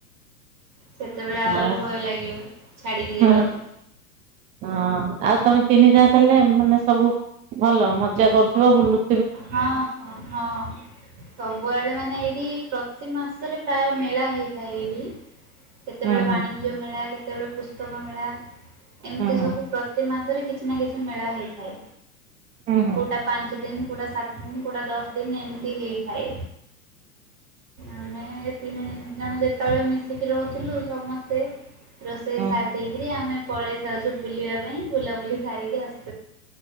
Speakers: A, on the right; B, on the right.
A: ସେତେବେଳେ ଆହୁରି
B: ଆଁ
A: ଭୟ ଲାଗିବ ଛାଡିକି ଯିବାକୁ।
B: ହଁ ହଁ ଆଉ ତମେ ତିନି ଯା ଦେଲେ ମାନେ ସବୁ ଭଲ ମଜା କରୁଥିବ ବୁଲୁ।
A: ହଁ ହଁ ହଁ ସବୁବେଳେ ମାନେ ଏଇଠି ପ୍ର ପ୍ରତି ମାସରେ ପ୍ରାୟ ମେଳା ହେଇଥାଏ ଏଇଠି କେତେବେଳେ
B: ହୁଁ ହୁଁ
A: ବାଣିଜ୍ୟ ମେଳା କେତେ ଯେତେବେଳେ ପୁସ୍ତକ ମେଳା ଏମିତି
B: ହୁଁ ହୁଁ
A: ସବୁ ପ୍ରତି ମାସରେ କିଛି ନା କିଛି। ମେଳା ହେଇଥାଏ
B: ହୁଁ
A: କୋଉଟା ପାଞ୍ଚ ଦିନ। କେଉଁଟା ସାତ ଦିନ କେଉଁଟା ଦଶ ଦିନ ଏମିତି ହେଇଥାଏ। ଆମେ ଏ ତିନି ଜଣ ଯେ ସେତେବେଳେ ମିଶିକି ରହୁଥିଲୁ ସମସ୍ତେ ରୋଷେଇ
B: ହୁଁ
A: ସାର ଦେଇକରି ଆମେ ପଳେଇ ଛୁ ବୁଲିବା ପାଇଁ ବୁଲାବୁଲି ସାରିକି ଆସୁ।